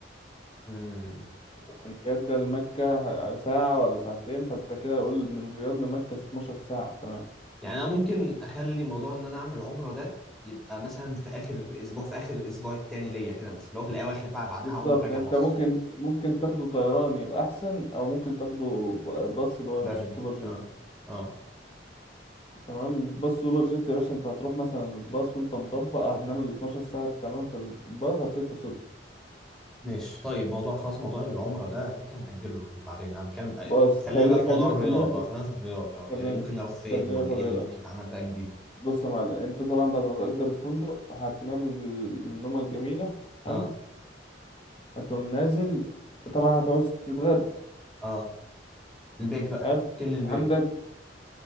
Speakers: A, in the centre; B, on the left.
A: امم
B: ومن جدة لمكة ح- ساعة ولا ساعتين فأنت كده قول من الرياض لمكة 12 ساعة تمام
A: يعني انا ممكن اخلي موضوع ان انا اعمل عمره ده يبقى مثلا في اخر اسبوع في اخر الاسبوع التاني ليا كده مثلا لو في الاواخر بقى بعدها
B: بالظبط
A: اقوم راجع
B: أنت
A: مصر
B: ممكن ممكن تاخده طيران يبقى أحسن أو ممكن تاخده ب- باص اللي هو
A: بري
B: السوبر جيت
A: اه اه
B: تمام باص سوبر جيت يا باشا انت هتروح مثلا الباص وانت مطبق هتنام ال 12 ساعة تمام في الباص هتلاقيك وصلت
A: ماشي طيب موضوع خلاص موضوع العمرة ده كده كده هنأجله بعدين انا بتكلم
B: بص
A: خلينا
B: خلي
A: بقى في
B: خلينا
A: موضوع الرياضة
B: خلينا في
A: خلينا في الرياضة اه
B: خلينا
A: يعني إيه ممكن نروح فين
B: خلينا
A: ولا
B: في
A: ايه
B: الرياضة
A: اللي ممكن يتعمل بقى جديد
B: بص يا معلم انت طبعا بعد ما تأجر الفندق هتنام ال- النومة الجميلة
A: اه
B: حلو هتقوم نازل طبعا هتعوز تتغدى
A: اه البيك بقى
B: حلو
A: كن البيك
B: عندك